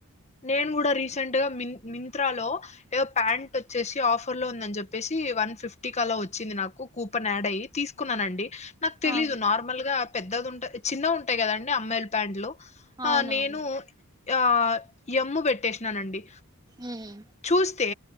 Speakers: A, on the left; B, on the right.
A: నేను గూడా రీసెంట్ గా మిన్ మింత్రా లో, ఏదో ప్యాంట్ ఒచ్చేషి ఆఫర్ లో ఉందన్ జెప్పేసి వన్ ఫిఫ్టీ కలా వొచ్చింది నాక్, కూపన్ యాడ్ అయి తీసుకున్నానండి నాకు తెలీదు
B: అ
A: నార్మల్ గా, పెద్దదుంటది యి చిన్న ఉంటాయి కదండి అమ్మాయిలు ప్యాంట్లు
B: అవునవును
A: ఆ నేను, యా ఎమ్ము బెట్టేషినానండి.
B: ఉహ్మ్
A: చూస్తే